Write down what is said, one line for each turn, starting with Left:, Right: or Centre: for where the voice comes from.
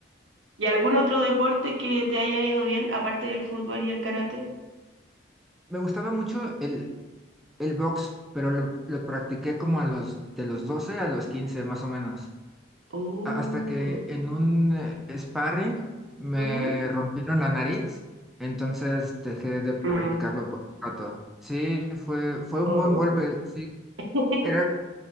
Right: ¿Y algún otro deporte que te haya ido bien, aparte del fútbol y el karate?
Centre: Me gustaba mucho el, el box, pero lo, lo practiqué como a los, de los 12 a los 15 más o menos.
Right: Oh,
Centre: a- hasta que en un eh, sparring me
Right: ujú,
Centre: rompieron la nariz, entonces dejé de practicarlo
Right: mm,
Centre: por un rato. Sí, fue, fue un
Right: oh,
Centre: buen golpe, sí,
Right: <laughs>
Centre: era